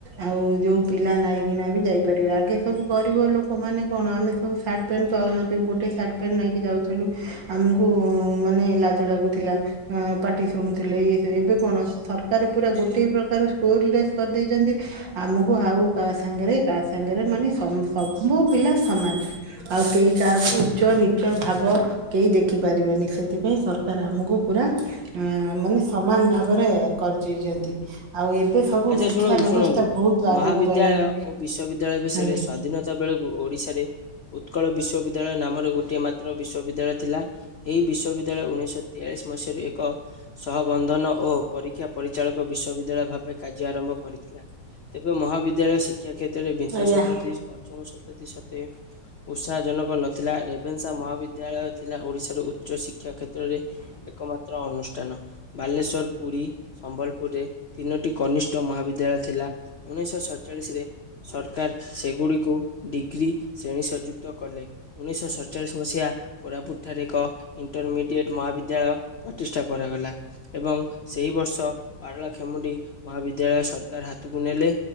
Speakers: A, on the right; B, on the left.
A: ଆଉ ଯୋଉ ପିଲା ନାଇଁ କିିନା ବି ଯାଇପାରିବେ ଆଗେ ସବୁ ଗରିବ ଲୋକ ତମ ମାନେ କଣ? ଆମେ ସବୁ ସାର୍ଟ ପ୍ୟାଣ୍ଟ ପାଉନଥିଲୁ। ଗୋଟେ ସାର୍ଟ ପ୍ୟାଣ୍ଟ ନେଇକି ଯାଉଥିଲୁ। ଆମକୁ ମାନେ ଲାଜ ଲାଗୁଥିଲା। ପାଟି ଶୁଣୁଥିଲେ ଇଏ ଏବେ କଣ ସରକାର ପୁରା ଗୋଟେ ପ୍ରକାର ସ୍କୁଲ ଡ୍ରେସ୍ କରିଦେଇଛନ୍ତି ଆମକୁ ଆଉ କା ସାଙ୍ଗରେ କା ସାଙ୍ଗରେ ମାନେ ସବୁ ପିଲା ସମାନ। ଆଉ କେହି କାହାକୁ ଉଚ୍ଚ ନି ଉଚ ଭାବ କେହି ଦେଖି ପାରିବେନି। ସେଥିପାଇଁ ସରକାର ଆମକୁ ପୁରା ଆ ମାନେ ସମାନ ଭାବରେ କରିଚେଇଛନ୍ତି। ଆଉ ଏବେ ସବୁ
B: ଆଚ୍ଛା
A: ଶିକ୍ଷା
B: ଶୁଣନ୍ତୁ
A: ବ୍ୟବସ୍ଥା
B: ଶୁଣନ୍ତୁ
A: ବହୁତ ଆଗକୁ
B: ମହାବିଦ୍ୟାଳୟ
A: ଗଲାଣି
B: ଓ ବିଶ୍ବବିଦ୍ୟାଳୟ ବିଷୟରେ
A: ଆଜ୍ଞା
B: ସ୍ଵାଧୀନତା ବେଳକୁ ଓଡିଶାରେ ଉତ୍କଳ ବିଶ୍ୱବିଦ୍ୟାଳୟ ନାମରେ ଗୋଟିଏ ମାତ୍ର ବିଶ୍ୱବିଦ୍ୟାଳୟ ଥିଲା। ଏଇ ବିଶ୍ୱବିଦ୍ୟାଳୟ ଉଣେଇଶହ ତେୟାଳିଶ ମସିହାରୁ ଏକ ସହ ବନ୍ଧନ ଓ ପରୀକ୍ଷା ପରିଚାଳକ ବିଶ୍ୱବିଦ୍ୟାଳୟ ଭା କାର୍ଯ୍ୟ ଆରମ୍ଭ କରିଥିଲା। ତେବେ ମହାବିଦ୍ୟାଳୟ ଶିକ୍ଷା କ୍ଷେତ୍ରରେ ବିଂଶ
A: ଆଜ୍ଞା
B: ଶତାବ୍ଦୀ ପଞ୍ଚମ ତ ସତେ ଉତ୍ସାଜନକ ନଥିଲା। ରେବେନ୍ସା ମହାବିଦ୍ୟାଳୟ ଥିଲା ଓଡିଶାରୁ ଉଚ୍ଚ ଶି ଶିକ୍ଷା କ୍ଷେତ୍ରରେ ଏକମାତ୍ର ଅନୁଷ୍ଠାନ। ବାଲେଶ୍ଵର, ପୁରୀ, ସମ୍ବଲପୁରରେ ତିନୋଟି କନିଷ୍ଠ ମହାବିଦ୍ୟାଳୟ ଥିଲା। ଉଣେଇଶହ ସତଚାଳିଶରେ ସରକାର ସେଗୁଡ଼ିକୁ ଡିଗ୍ରୀ ଶ୍ରେଣୀ ସଂଯୁକ୍ତ କଲେ। ଉଣେଇଶହ ସତଚାଳିଶ ମସିହା କୋରାପୁଟ ଠାରେ ଏକ ଇଣ୍ଟରମିଡିଏଟ ମହାବିଦ୍ୟାଳୟ ପ୍ରତିଷ୍ଠା କରାଗଲା ଏବଂ ସେହି ବର୍ଷ ପାରଳାଖେମୁଣ୍ଡି ମହାବିଦ୍ୟାଳୟ ସରକାର ହାତକୁ ନେଲେ।